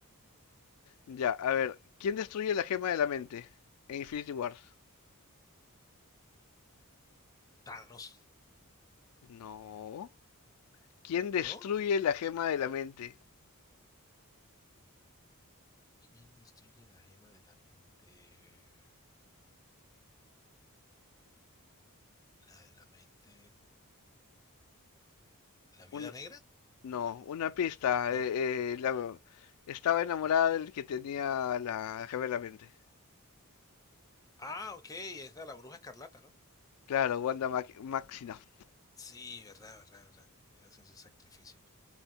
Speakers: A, on the left; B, on the left.
A: Ya, a ver, ¿quién destruye la gema de la mente en Infinity Wars?
B: Thanos,
A: No. ¿Quién destruye
B: ¿no?
A: la gema de la mente?
B: ¿Quién destruye la gema de la mente? La de la mente. ¿La viuda
A: Un,
B: negra?
A: no, una pista.
B: No.
A: eh, eh, la- estaba enamorada del que tenía la gema de la mente.
B: Ah, ok, esta es la bruja escarlata, ¿no?
A: Claro, Wanda Mac- Maximoff.
B: Sí, verdad, verdad, verdad. Y Haces ese sacrificio.